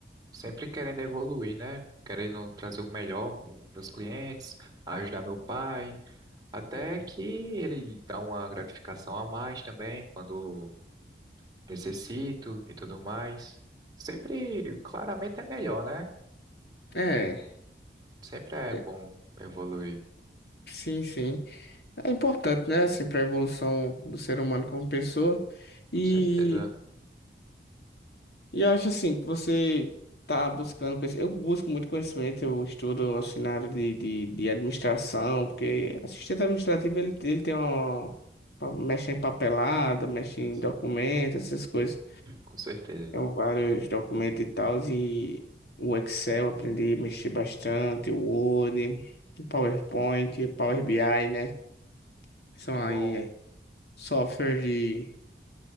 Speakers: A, on the right; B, on the left.
A: Sempre querendo evoluir, né? Querendo trazer o melhor para meus clientes, ajudar meu pai, até que ele dá uma gratificação a mais também quando necessito e tudo mais. Sempre, claramente é melhor, né?
B: É,
A: Sempre é
B: é,
A: bom evoluir.
B: sim, sim. É importante, né? Assim, pra evolução do ser humano como pessoa. E...
A: Com certeza.
B: E eu acho assim que você tá buscando conhecimento. Eu busco muito conhecimento, eu estudo assim, na área de, de, de administração, porque assistente administrativo ele, ele tem uma. pa- mexe em papelada, mexe
A: Sim,
B: em
A: sim.
B: documentos, essas coisas.
A: Com certeza.
B: Tem vários documentos e tal, e o Excel eu aprendi a mexer bastante, o Word, o PowerPoint, o Power BI, né? São
A: Muito
B: aí,
A: bom.
B: aí softwares